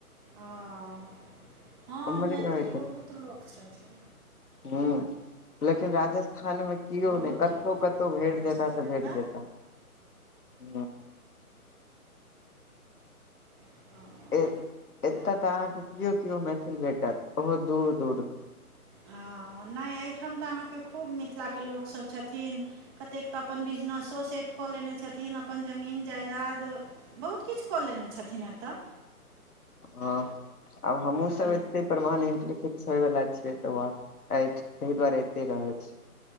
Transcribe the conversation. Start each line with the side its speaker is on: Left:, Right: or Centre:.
Right: ओ हँ
Left: हमरे
Right: मैथिल
Left: रहै
Right: बहुत लोक छथिन
Left: हं लेकिन राजस्थानमें केओ
Right: बहुत
Left: नहि कतहु
Right: लोक
Left: कतहु भेट
Right: रहै
Left: जेता
Right: छथिन
Left: तऽ
Right: एतऽ
Left: भेट जेता हूँ
Right: ओ
Left: ए एतय तऽ अहाँके केओ केओ मैथिल भेटत बहुत दूर दूर में
Right: हँ नहि एहिठाम तऽ अहाँके खूब मिथिला के लोक सब छथिन कतेक तऽ अपन बिजनेसो सेट कऽ लेने छथिन अपन जमीन जायदाद बहुत किछु कऽ लेने छथिन एतय
Left: हँ आब हमहुँ
Right: अपन
Left: सब परमानेंटली फिक्स होय वाला छ त त दुआरे एते रहे छै